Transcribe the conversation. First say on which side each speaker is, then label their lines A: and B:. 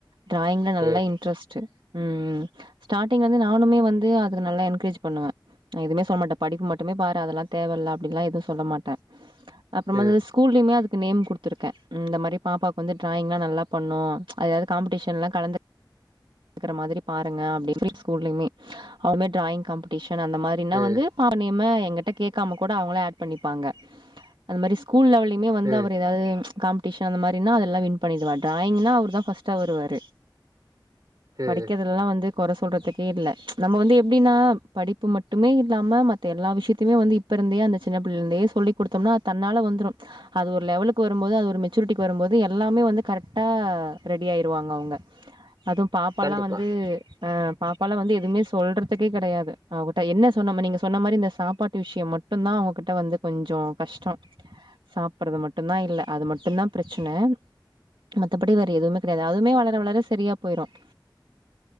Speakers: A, on the right; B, on the right.
A: டிராயிங்ல நல்லா
B: ம்
A: இன்ட்ரஸ்ட் உம் உம் ஸ்டார்ட்டிங்ல வந்து நானுமே வந்து அதுக்கு நல்லா என்கரேஜ் பண்ணுவே நா எதுமே சொல்ல மாட்டே படிப்பு மட்டுமே பாரு அதெல்லாம் தேவ இல்ல அப்டில்லா எதுவும் சொல்ல மாட்டே அப்றமா
B: ம்
A: வந்து ஸ்கூல்லயுமே அதுக்கு நேம் குடுத்துருகேன் இந்த மாரி பாப்பாக்கு வந்து டிராயிங்லாம் நல்லா பண்ணும் அதாவது காம்பட்டஷன்லாம் கலந்து இருக்கற மாதிரி பாருங்க அப்டி <unintelligible> ஸ்கூல்லயுமே அவளுமே டிராயிங் காம்படிஷன் அந்த மாரின்னா
B: ம்
A: வந்து பாப்பா நேம்ம எங்கட்ட கேக்காம கூட அவுங்களே ஆட் பண்ணிப்பாங்க அது மாரி ஸ்கூல் லெவெலுமே வந்து
B: ம்
A: அவர் எதாவது காம்ப் ஷம் அந்த மாரினா அதொல்லா வின் பண்ணிடுவாரு ட்ராயிங்னா அவர் தா ஃபஸ்ட் வருவாரு படிக்கிறதுல்லாம்
B: ம்
A: வந்து கொற சொல்றதுக்கே இல்ல நம்ம வந்து எப்டின்னா படிப்பு மட்டுமே இல்லாம மத்த எல்லா விஷயத்த தயமே வந்து இப்பர்ந்தே அந்த சின்ன புள்ளர்ந்தே சொல்லி குடுத்தோம்னா அது தன்னால வந்துடும் அது ஒரு லெவலுக்கு வரும்போது அது ஒரு மெச்சூரிட்டிக்கு வரும்போது எல்லாமே வந்து கரெக்டா ரெடி ஆயிருவாங்க அவுங்க பாப்பால்லா
B: கண்டிப்பா
A: வந்து ஆ பாப்பாலாம் வந்து எதுவுமே சொல்றதுக்கே கெடையாது அவட்ட என்ன சொன்ன நீங்க சொன்ன மாரி இந்த சாப்பாட்டு விஷ்யோம் மட்டும் மட்டும்தான் அவுங்ககிட்ட வந்து கொஞ்சோ கஷ்டோ சாப்றது மட்டும் தா இல்ல அது மட்டும் தாபிரச்சனை மத்தபடி வேற எதுமே கெடையாது அதுமே வளர வளர சரியா போயிடும்